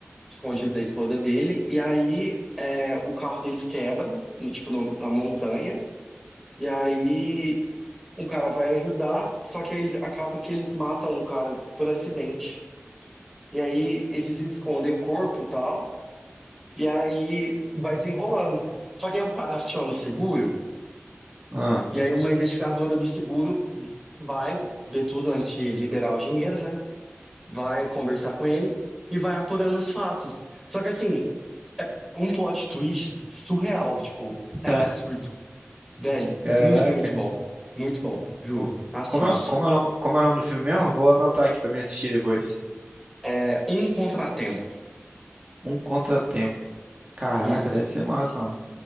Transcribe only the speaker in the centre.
escondido da esposa dele, e aí é, o carro deles quebra, no- tipo, no- na montanha. E aí um cara vai ajudar, só que aí ele- acaba que eles matam o cara por acidente. E aí eles escondem o corpo e tal, e aí vai desenrolando. Só que aí o cara aciona o seguro,
e aí uma investigadora do seguro vai ver tudo antes de liberar o dinheiro, né? Vai conversar com ele e vai apurando os fatos. Só que assim, é um plot twist surreal, tipo,
é absurdo. Velho,
muito, muito bom. Muito bom, juro.
Assiste.
É um contratempo.
Isso.